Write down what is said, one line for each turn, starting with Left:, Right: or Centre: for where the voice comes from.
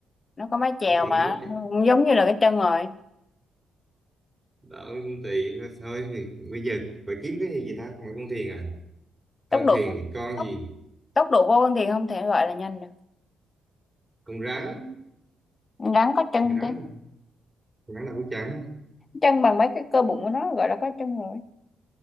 Left: nó có mái chèo
Right: con thuyền
Left: mà
Right: đâu chứ
Left: nó cũng giống như là cái chân rồi
Right: đó tùy thôi thì bây giờ phải kiếm cái gì vậy ta mà con thuyền à con
Left: tốc độ
Right: thuyền thì con
Left: tốc,
Right: gì
Left: tốc độ của con thì không thể gọi là nhanh được
Right: con rắn
Left: rắn có chân
Right: con rắn
Left: tí
Right: con rắn đâu có trắng
Left: chân bằng mấy cái cơ bụng của nó gọi là có chân rồi